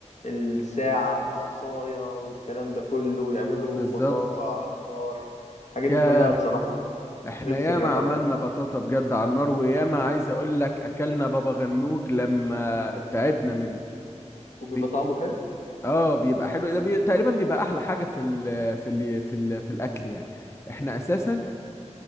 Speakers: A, on the left; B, on the left.
A: الساعة بعصاية والكلام ده كله ويعملوا
B: بالظبط
A: بطاطا على النار الحاجات
B: ياه
A: دي كلها بصراحة
B: احنا
A: نفسي
B: ياما
A: اجربها
B: عملنا بطاطا بجد على النار وياما عايز اقول لك اكلنا بابا غنوج لما تعبنا منه
A: وبيبقى
B: بنجيب
A: طعمه حلو
B: اه بيبقى حلو ده بي... تقريبا بيبقى احلى حاجة في ال... في ال... في ال... في الاكل يعني احنا اساسا